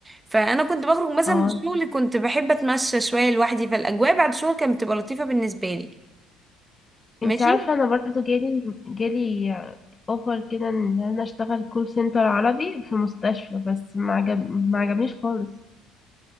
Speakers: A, on the right; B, on the left.
A: فأنا كنت بخرج مثلا
B: اه
A: من الشغل كنت بحب أتمشى شوية لوحدي فالأجواء بعد الشغل كانت بتبقى لطيفة بالنسبة لي ماشي
B: انت عارفه انا برضو جالي جالي اوفر كده ان انا اشتغل كول سنتر عربي في مستشفى بس ما عجب ما عجبنيش خالص